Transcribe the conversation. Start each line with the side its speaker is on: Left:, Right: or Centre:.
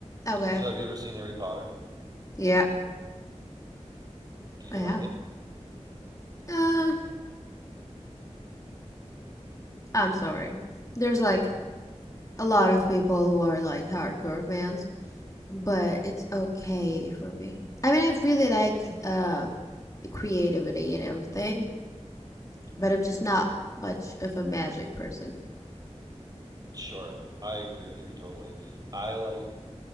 Left: Okay.
Right: So, have you ever seen Harry Potter?
Left: Yep,
Right: Do you
Left: I have.
Right: like it?
Left: Uh, I'm sorry. There's like a lot of people who are like hardcore fans, but it's okay for me. I mean, I really like uh the creativity and everything, but I'm just not much of a magic person.
Right: Sure. I agree with you totally. I like,